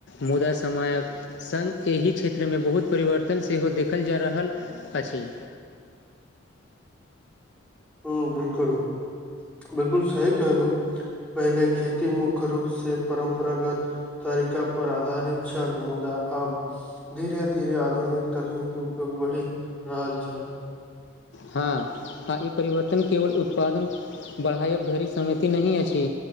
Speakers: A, on the left (about 55°); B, in the centre.
A: मुदा समयक संग एहि क्षेत्रमे बहुत परिवर्तन सेहो देखल जा रहल अछि
B: हँ बिलकुल बिलकुल सही कहलु पहिले खेती मुख्य रूप से परम्परागत तरीका पर आधारित छल मुदा अब धीरे धीरे आधुनिक तकनीकी उपयोग बढ़ि रहल छल
A: हँ आ ई परिवर्तन केवल उत्पादन बढ़ाइक धरि सहिति नहि अछि